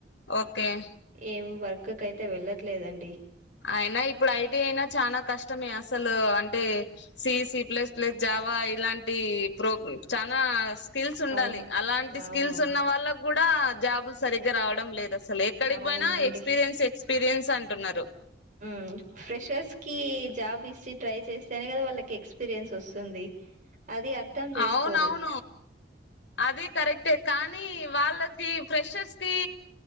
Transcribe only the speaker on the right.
ఏం వర్క్ కైయితే వెళ్ళట్లేదండి
అవును
అవునవును
అవునండి
ఉమ్ ఫ్రెషర్స్ కి జాబ్ ఇచ్చి ట్రై చేస్తేనే కదా వాళ్ళకి ఎక్స్ పిరియన్స్ వస్తుంది అది అర్థం చేసుకోరు